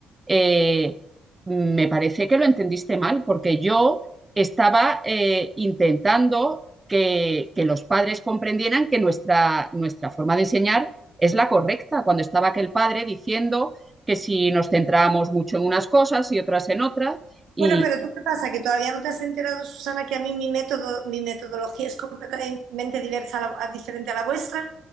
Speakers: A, on the right (about 20°); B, on the right (about 85°).
A: eh, me parece que lo entendiste mal, porque yo estaba eh, intentando que, que, los padres comprendieran que nuestra, nuestra forma de enseñar es la correcta, cuando estaba aquel padre diciendo que si nos centrábamos mucho en unas cosas y otras en otras, y
B: Bueno, pero ¿tú qué pasa? Que todavía no te has enterado, Susana, que a mí mi método, mi metodología es completamente diversa a la- a- diferente a la vuestra.